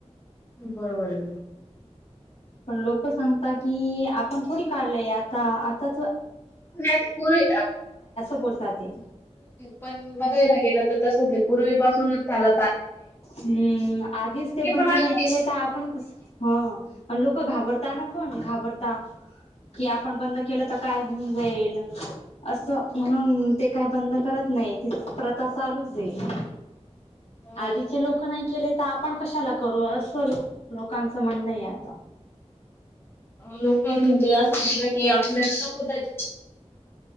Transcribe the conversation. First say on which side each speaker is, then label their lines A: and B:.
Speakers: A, on the left; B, on the left.
A: बरोबर आहे बरोबर
B: पण लोक सांगता की आपण थोडी काढलय आता आता
A: नाही पुर्वी
B: बोलतात ते
A: पण बघायला गेलं तस ते पूर्वीपासूनच त्याला
B: हम्म आधीच ते बंद
A: पण आहे.
B: नाही केले तर आपण कस ह लोक घाबरताना पण घाबरता कि आपण बंद केलं तर काय होऊन जाईल असं म्हणून ते काय बंद करत नाही ती प्रथा चालूच आहे
A: हो.
B: आधीच लोक नाही केले तर आपण कशाला करू असं लोक लोकांचं म्हणणं आता
A: लोक म्हणजे या सांगलं की आपल्याला नको त्याच्या